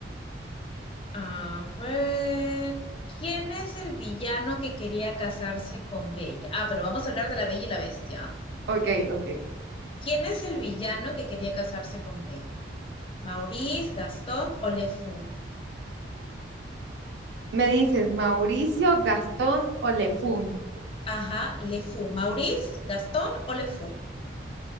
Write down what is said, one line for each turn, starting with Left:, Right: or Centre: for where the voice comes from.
Left: A ver, ¿quién es el villano que quería casarse con Bella? Ah, pero vamos a hablar de la Bella y la Bestia. ¿ah?
Right: Ok, ok.
Left: ¿Quién es el villano que quería casarse con Bella? ¿Maurice, Gastón o LeFou?
Right: Me dices, Mauricio, Gastón o Lefún.
Left: Ajá, LeFou. ¿Maurice, Gastón o LeFou?